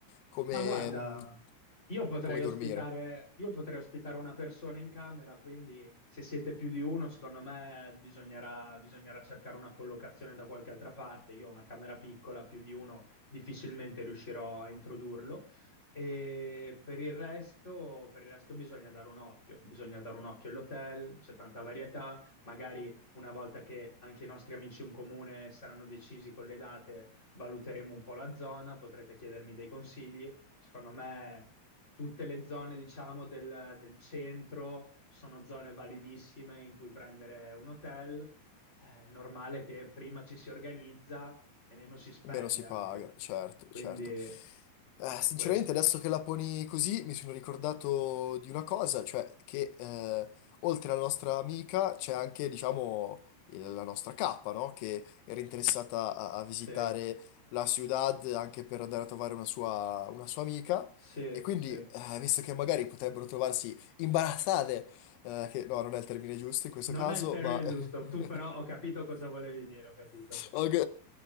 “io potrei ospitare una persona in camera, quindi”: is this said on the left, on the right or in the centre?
Left